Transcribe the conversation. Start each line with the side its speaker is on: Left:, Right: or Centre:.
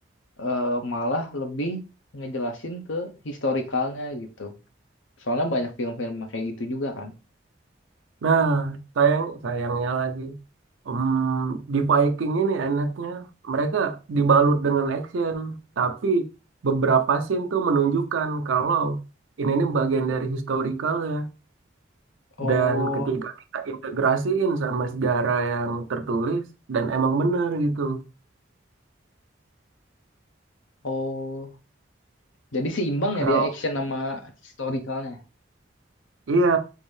Left: eh, malah lebih ngejelasin ke historicalnya gitu. Soalnya banyak film-film yang kayak gitu juga kan.
Right: Nah, sayang sayangnya lagi em, di Viking ini enaknya mereka dibalut dengan action, tapi beberapa scene tuh menunjukkan kalau ini ini bagian dari historikalnya
Left: Oh,
Right: dan ketika kita integrasiin sama sejarah yang tertulis dan emang benar gitu.
Left: oh, jadi seimbang
Right: Kalau
Left: ya dia action sama historicalnya.
Right: iya,